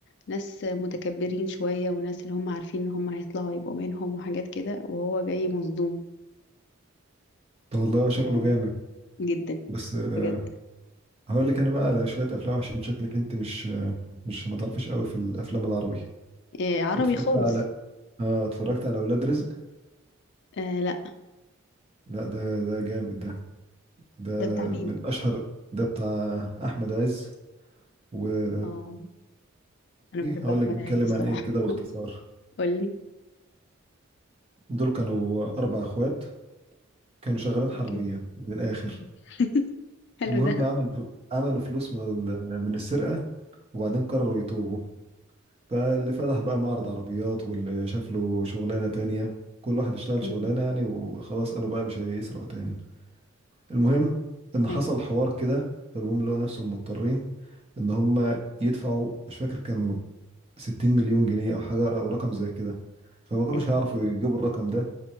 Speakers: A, on the left; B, on the right.
A: ناس متكبرين شوية وناس اللي هم عارفين ان هم هيطلعوا يبقوا منهم وحاجات كده وهو جاي مصدوم
B: طب والله هو شكله
A: ف-
B: جامد
A: جدا
B: بس آه،
A: بجد
B: هقول لك انا بقى على شويه افلام عشان شكلك انت مش مش ما تعرفيش قوي في الافلام العربي
A: إيه عربي
B: اتفرجت
A: خالص
B: على اه اتفرجت على اولاد رزق
A: آه لا
B: لا ده ده جامد ده ده,
A: ده بتاع
B: ده
A: مين
B: من اشهر ده بتاع احمد عز وبصي
A: اه انا بحب
B: هقول
A: احمد
B: لك بيتكلم
A: عز الصراحة
B: عن ايه كده باختصار
A: <laughs> قولي
B: دول كانوا اربع اخوات كانوا شغالات حراميه
A: اوكي <laughs>
B: من الاخر
A: حلو
B: المهم
A: ده
B: عملوا عملوا فلوس من ال- من السرقه وبعدين قرروا يتوبوا فاللي فتح بقى معرض عربيات واللي شاف له شغلانه تانية كل واحد اشتغل
A: مم.
B: شغلانه يعني وخلاص قالوا بقى مش هيسرقوا تاني المهم ان حصل
A: ايوه
B: حوار كده فالمهم لقوا نفسهم مضطرين ان هم يدفعوا مش فاكر كانوا 60 مليون جنيه او حاجه او رقم زي كده فما كانوش
A: انا
B: هيعرفوا يجيبوا الرقم ده